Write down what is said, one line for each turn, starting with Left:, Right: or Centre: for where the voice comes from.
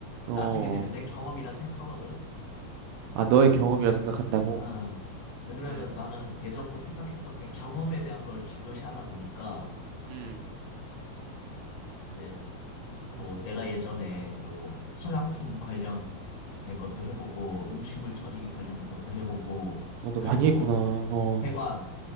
Right: 어,
Left: 나중에 되면 내 경험이라 생각하거든.
Right: 아, 너의 경험이라 생각한다고?
Left: 어. 왜 그러면
Right: 음,
Left: 나는 예전부터 생각했던 게 경험에 대한 걸 중요시하다 보니까
Right: 음,
Left: 어, 이제 뭐
Right: 음.
Left: 내가 예전에 뭐 화장품 관련된 것도 해보고 음식물 처리 관련된 것도 해보고
Right: 어, 너
Left: 그리고
Right: 많이 했구나. 어,
Left: 배관